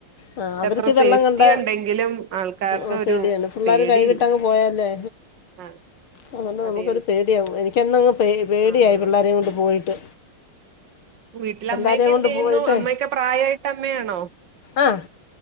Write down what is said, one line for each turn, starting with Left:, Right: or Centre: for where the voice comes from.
Left: ആ അവർക്ക്
Right: എത്ര
Left: വെള്ളം
Right: സേഫ്റ്റി
Left: കണ്ട
Right: ഉണ്ടെങ്കിലും ആൾക്കാർക്ക്
Left: ഒരു പേടിയാണ് പിള്ളേർ
Right: പേടിയില്ല
Left: കൈവിട്ടങ്ങ് പോയല്ലേ
Right: ആഹ്
Left: അതുകൊണ്ട്
Right: അതെ
Left: നമുക്കൊരു പേടിയവും എനിക്ക് <unintelligible> പേ പേടിയായി
Right: ആഹ് ആഹ്
Left: പിള്ളേരെയ കൊണ്ട് പോയിട്ട്
Right: വീട്ടിലെ
Left: എല്ലാരെയും
Right: അമ്മേക്കെ
Left: കൊണ്ട്
Right: എന്ത് ചെയ്യുന്നു
Left: പോയിട്ടേ
Right: അമ്മാെക്കെ പ്രായായിട്ട് അമ്മേണോ
Left: ആഹ്